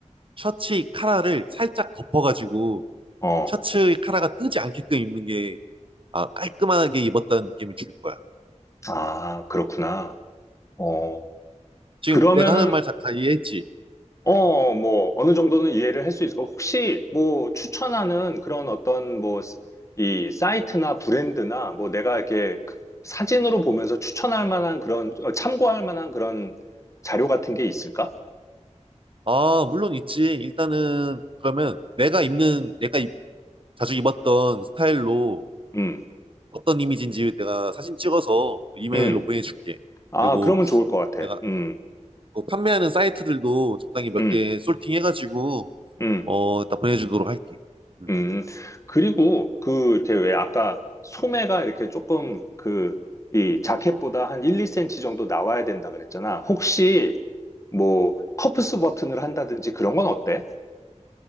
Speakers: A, on the right; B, on the left.
A: 셔츠 카라를 살짝 덮어가지고
B: 어,
A: 셔츠 카라가 뜨지 않게끔 입는 게 아, 깔끔하게 입었다는 느낌을 줄 거야.
B: 아, 그렇구나. 어,
A: 지금
B: 그러면은
A: 내가 하는 말 잘 이해했지?
B: 어, 뭐, 어느 정도는 이해를 할 수 있을 거. 혹시, 뭐, 추천하는 그런 어떤, 뭐, 이 사이트나 브랜드나, 뭐, 내가 이렇게 사진으로 보면서 추천할 만한 그런, 어, 참고할 만한 그런 자료 같은 게 있을까?
A: 아, 물론 있지. 일단은 그러면 내가 입는 내가 입- 자주 입었던 스타일로
B: 음,
A: 어떤 이미지인지 내가 사진 찍어서 이메일로
B: 음.
A: 보내줄게.
B: 아,
A: 그리고
B: 그러면 좋을 것 같아.
A: 내가
B: 음,
A: 뭐 판매하는 사이트들도 적당히 몇
B: 음,
A: 개 솔팅해가지고
B: 음,
A: 어, 다 보내주도록 할게. 음.
B: 음. 그리고, 그, 이렇게 왜 아까 소매가 이렇게 조금 그, 이 자켓보다 한 1, 2센치 정도 나와야 된다 그랬잖아. 혹시, 뭐, 커프스 버튼을 한다든지 그런 건 어때?